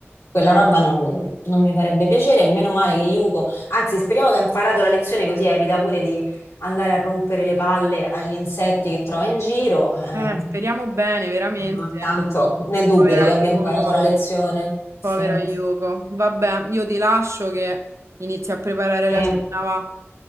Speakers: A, on the left (about 80°); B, on the right (about 85°).
A: quella roba non, non mi farebbe piacere, meno male che Yuko, anzi speriamo che ha imparato la lezione così evita pure di andare a rompere le palle agli insetti che trova in giro, eh,
B: Eh, speriamo bene, veramente.
A: però tanto ne dubito
B: Povera
A: che
B: Yuko,
A: abbia imparato la lezione. Sì,
B: povera Yuko. Vabbè, io ti lascio che inizio a preparare
A: sì.
B: la cena, va.